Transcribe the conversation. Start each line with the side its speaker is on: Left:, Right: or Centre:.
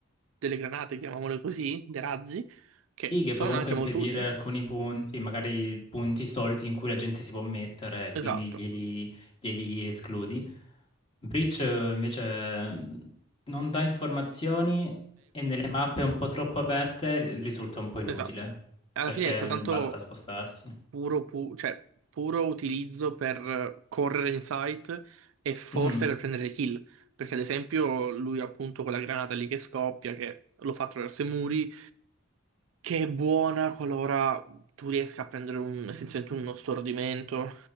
Right: delle granate, chiamiamole così, dei razzi, che
Left: Sì, che
Right: sono
Left: puoi comunque
Right: anche
Left: impedire
Right: molto utili.
Left: alcuni punti, magari punti soliti in cui la gente si può mettere, quindi
Right: Esatto.
Left: glieli, glieli escludi. Breach eh, invece mh, non dà informazioni e nelle mappe un po' troppo aperte ri- risulta un po' inutile
Right: Esatto. Alla
Left: perché
Right: fine è soltanto
Left: l- basta spostarsi.
Right: puro, pu- cioè, puro utilizzo per eh, correre in sight e forse
Left: Mm,
Right: per prendere kill. Perché, ad esempio, lui appunto quella granata lì che scoppia, che lo fa attraverso i muri, che è buona qualora tu riesca a prendere un, essenzialmente uno stordimento.